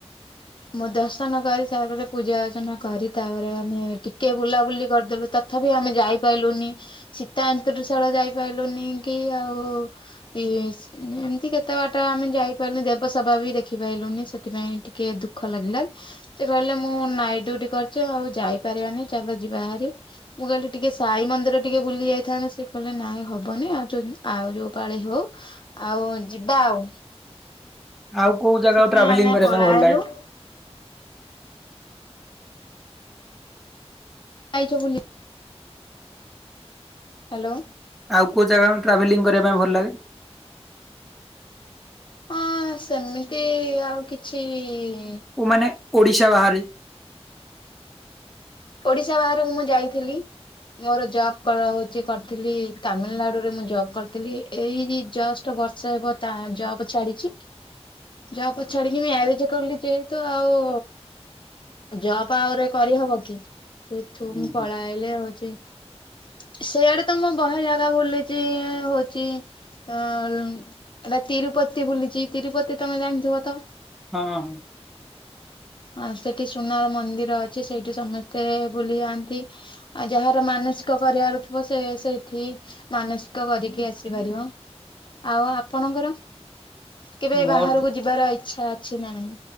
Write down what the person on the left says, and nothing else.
ମୁଁ ଦର୍ଶନ କରି ତାପରେ ପୂଜା ଅର୍ଚ୍ଚନା କରି ତାପରେ ଆମେ ଟିକେ ବୁଲା ବୁଲି କରିଦେଲୁ ତଥାପି ଆମେ ଯାଇପାରଲୁନି। ସୀତା ଏନ୍ତୁରିସାଳ ଯାଇପାରିଲୁନି କି ଆଉ ଇସ୍ ଏମିତି କେତେ ବାଟ ଆମେ ଯାଇପାରିଲୁନି ଦେବସଭା ବି ଦେଖି ପାଇଲୁନି ସେଥିପାଇଁ ଟି କେ ଦୁଃଖ ଲାଗିଲା। ସେ କହିଲେ ମୁଁ ନାଇଟ୍ ଡିଉଟି କରିଚି ଆଉ ଯାଇପାରିବାନି ଚାଲ ଯିବା ହାରି। ମୁଁ କହିଲି ଟିକେ ସାଇ ମନ୍ଦିର ଟିକେ ବୁଲି ଯାଇଥାନ୍ତେ ସେ କହିଲେ ନାଇଁ ହବନି ଆଉ ଆଉ ଯୋଉ ପାଳି ହଉ ଆଉ ଯିବା ଆଉ।
ସେଥିପାଇଁ
ଆମେ
ପଳାଇଲୁ
ଯାଇଚ ବୁଲି ହ୍ୟାଲୋ।
ହଁ ସେମିତି ଆଉ କିଛି ଇ ଇ ଇ
ଓଡିଶା ବାହାରକୁ ମୁଁ ଯାଇଥିଲି। ମୋର ଜବ କର ହଉଚି କରିଥିଲି ତାମିଲନାଡୁରେ ମୁଁ ଜବ୍ କରିଥିଲି। ଏଇ ଜଷ୍ଟ <unintelligible> ବର୍ଷ ହେବ ତା ଜବ୍ ଛାଡିଚି। ଜପ ଛାଡିକି ମ୍ୟାରେଜ କଲି ଯେହେତୁ ଆଉ ଜବ୍ ଆହୁରେ କରିହବ କି ସେଠୁ
ମୁଁ
ପଳାଇଲେ ହଉଚି ସେଇ ଆଡ଼େ ତ ମୁଁ ବହୁତ ଜାଗା ବୁଲିଚି ହଉଚି ଅ ଏ ତିରୁପତି ବୁଲିଚି। ତିରୁପତି ତମେ ଜାଣିଥିବ ତ?
ଆ ସେଠି ସୁନାର ମନ୍ଦିର ଅଛି ସେଇଠି ସମସ୍ତେ ଭୁଲି ଯାଆନ୍ତି। ଆଉ ଯାହାର ମାନସିକ କରିବାର ଥିବ ସେ ସେଇଠି ମାନସିକ କରିକି ଆସିପାରିବ। ଆଉ ଆପଣଙ୍କର କେବେ
ବାହାରକୁ ଯିବାର ଇଚ୍ଛା ଅଛି ନାଁ ନାହିଁ?